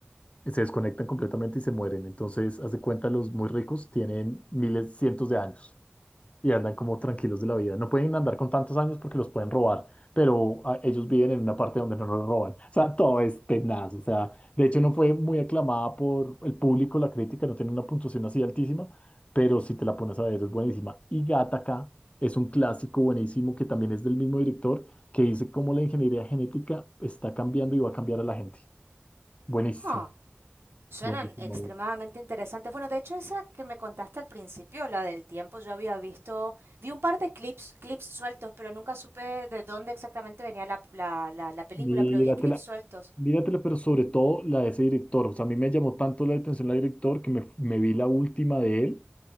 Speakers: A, on the left (about 30°); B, on the right (about 85°).
A: Se desconectan completamente y se mueren. Entonces, haz de cuenta, los muy ricos tienen miles, cientos de años y andan como tranquilos de la vida. No pueden andar con tantos años porque los pueden robar, pero ah, ellos viven en una parte donde no los roban. O sea, todo es tenaz. O sea, de hecho no fue muy aclamada por el público, la crítica no tiene una puntuación así altísima, pero si te la pones a ver es buenísima. Y Gattaca es un clásico buenísimo que también es del mismo director que dice cómo la ingeniería genética está cambiando y va a cambiar a la gente. Buenísimo,
B: Ah, Suenan
A: buenísimo.
B: extremadamente
A: buenísimo.
B: interesantes. Bueno, de hecho, esa que me contaste al principio, la del tiempo, yo había visto, vi un par de clips, clips sueltos, pero nunca supe de dónde exactamente venía la, la, la, la película,
A: Míratela.
B: pero vi clips sueltos.
A: Míratela, pero sobre todo la de ese director. O sea, a mí me llamó tanto la atención la director que me, me vi la última de él,